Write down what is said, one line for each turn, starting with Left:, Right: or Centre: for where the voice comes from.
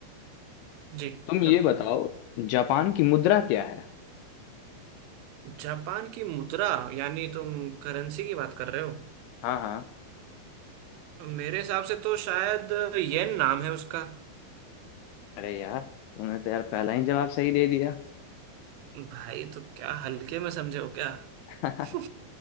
Right: जी
Left: तुम ये
Right: करो
Left: बताओ जापान की मुद्रा क्या है
Right: जापान की मुद्रा यानी तुम करेंसी की बात कर रहे हो
Left: हाँ हाँ
Right: मेरे हिसाब से तो शायद येन नाम है उसका
Left: अरे यार तुमने तो यार पहला ही जवाब सही दे दिया
Right: भाई तो क्या हल्के में समझे हो क्या
Left: <laughs>
Right: <laughs>